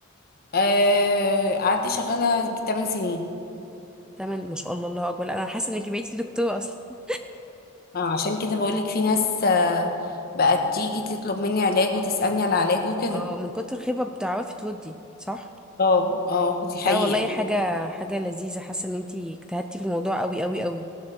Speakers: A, on the left; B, in the centre.
A: آه، قعدت شغاله 8 سنين
B: تمام ما شاء الله الله أكبر لا، أنا حاسة إنك بقيتي دكتورة أصلا
A: آه، عشان كده بقولك في ناس آه، بقت تيجي تطلب مني علاج وتسالني على علاج وكده
B: اه من كتر الخبرة بتعرفي تودي صح؟
A: اه اه دي حقيقه
B: لا والله حاجة حاجة لذيذة حاسة ان انتي اجتهدتي في الموضوع قوي قوي قوي